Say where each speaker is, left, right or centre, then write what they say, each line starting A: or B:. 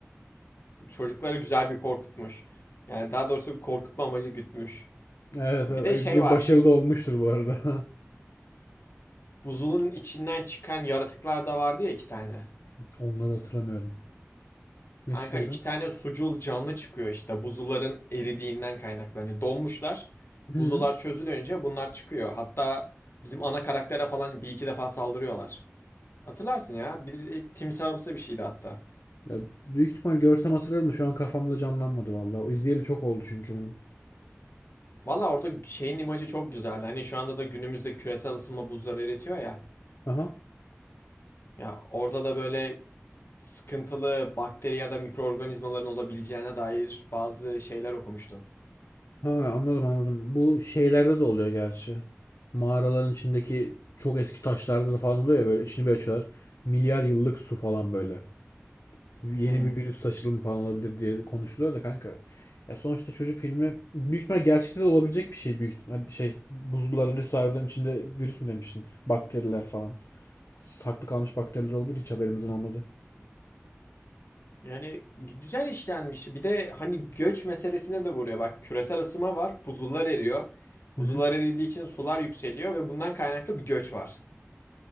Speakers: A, on the left (about 55°); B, on the left (about 70°).
A: Çocukları güzel bir korkutmuş. Yani daha doğrusu korkutma amacı gütmüş.
B: Evet
A: Bir
B: evet.
A: de
B: Ay,
A: şey
B: ve
A: var.
B: başarılı da olmuştur bu arada.
A: Buzulun içinden çıkan yaratıklar da vardı ya iki tane.
B: <laughs> Onları hatırlamıyorum. Ne
A: Kanka
B: çıkıyordu?
A: iki tane sucul canlı çıkıyor işte buzulların eridiğinden kaynaklanıyor. Donmuşlar.
B: Hı.
A: Buzular çözülünce bunlar çıkıyor. Hatta bizim ana karaktere falan bir iki defa saldırıyorlar. Hatırlarsın ya. Bir e, timsahımsı bir şeydi hatta.
B: Ya, büyük ihtimal görsem hatırlarım da şu an kafamda canlanmadı vallahi. O izleyeli çok oldu çünkü benim.
A: Valla orada şeyin imajı çok güzel. Hani şu anda da günümüzde küresel ısınma buzları eritiyor ya.
B: Aha.
A: Ya orada da böyle sıkıntılı bakteri ya da mikroorganizmaların olabileceğine dair bazı şeyler okumuştum.
B: Ha, anladım anladım. Bu şeylerde de oluyor gerçi. Mağaraların içindeki çok eski taşlarda da falan oluyor ya böyle içini bir açıyorlar. Milyar yıllık su falan böyle. yeni
A: Hmm.
B: bir virüs saçılımı falan olabilir diye konuşuluyor da kanka. Ya sonuçta çocuk filmi büyük ihtimal gerçekte de olabilecek bir şey büyük ihtimal- şey buzullar öyle harbiden içinde virüs mü demiştin? Bakteriler falan. Saklı kalmış bakteriler olabilir hiç haberimizin olmadı.
A: Yani güzel işlenmiş. Bir de hani göç meselesine de vuruyor. Bak küresel ısınma var, buzullar eriyor.
B: Hı
A: Buzullar
B: hı.
A: eridiği için sular yükseliyor ve bundan kaynaklı bir göç var.